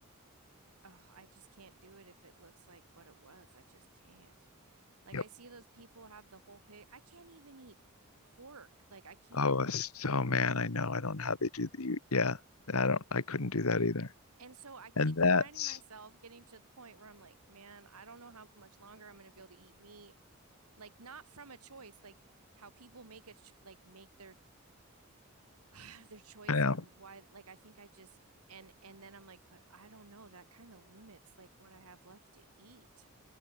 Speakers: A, on the right; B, on the left.
A: oh, I just can't do it if it looks like what it was. I just can't. Like
B: yep.
A: I see those people have the whole pig. I can't even eat pork. Like I can't.
B: Oh, so man, I know. I don't know how they do the. Yeah, I don't. I couldn't do that either.
A: And so I keep
B: And that's,
A: finding myself getting to the point where I'm like, man, I don't know how much longer I'm going to be able to eat meat. like not from a choice like how people make a ch- like make their <sighs> their choice
B: I know,
A: on why like I think I just and and then I'm like but I don't know that kind of limits like what I have left to eat